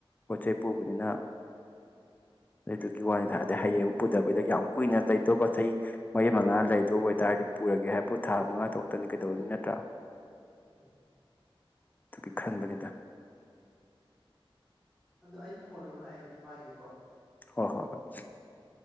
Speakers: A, on the left (about 20°); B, in the centre.
A: ꯄꯣꯠ ꯆꯩ ꯄꯨꯕꯅꯤꯅ ꯑꯗꯨꯗꯨꯒꯤ ꯋꯥꯅꯤꯗ ꯑꯗꯩ ꯍꯌꯦꯡ ꯑꯃꯨꯛ ꯄꯨꯗꯕꯩꯗ ꯌꯥꯝ ꯀꯨꯏꯅ ꯂꯩꯇꯕ ꯃꯔꯤ ꯃꯉꯥ ꯂꯩꯗ ꯑꯣꯏꯇꯥꯔꯗꯤ ꯄꯨꯔꯒꯦ ꯍꯥꯏꯄꯨ ꯊꯥ ꯃꯉꯥ ꯇꯔꯛꯇꯅꯤ ꯀꯩꯗꯧꯔꯤꯅꯤ ꯅꯠꯇ꯭ꯔꯥ
B: ꯎꯝ
A: <inaudible> ꯈꯟꯕꯒꯤꯗ
B: ꯑꯗꯣ ꯑꯩ ꯐꯣꯟ ꯑꯃ ꯂꯥꯛꯑꯦ ꯑꯝꯇ ꯄꯥꯏꯒꯦꯀꯣ
A: ꯍꯣꯏ ꯍꯣꯏ ꯍꯣꯏ
B: ꯎꯝ